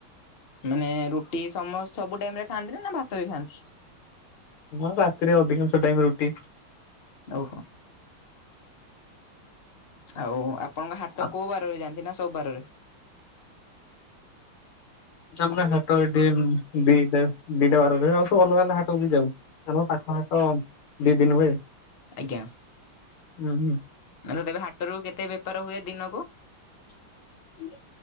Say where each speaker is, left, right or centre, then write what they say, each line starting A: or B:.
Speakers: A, on the left; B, on the left.
A: ମାନେ ରୁଟି ସମ ସବୁ ଟାଇମ୍ ରେ ଖାଆନ୍ତି ନା ନା ଭାତ ବି ଖାଆନ୍ତି?
B: ମୁଁ ରାତିରେ ଅଧିକାଂଶ ଟାଇମ୍ ରୁଟି
A: ଓହୋ। ଆଉ ଆପଣଙ୍କ ହାଟ
B: ଆଉ
A: କୋଉ ବାରରେ ଯାଆନ୍ତି ନା ସବୁ ବାରରେ?
B: ଆମର ହାଟ ଏଠି ଦିଟା ଦିଟା ବାରରେ ଆଉ ସବୁ ଅଲଗା ଅଲଗା ହାଟକୁ ବି ଯାଉ। ଆମ ପାଖ ହାଟ ଦି ଦିନି ହୁଏ।
A: ଆଜ୍ଞା।
B: ହୁଁ, ହୁଁ।
A: <unintelligible> ତେବେ ହାଟରୁ କେତେ ବେପାର ହୁଏ ଦିନକୁ।
B: <inaudible>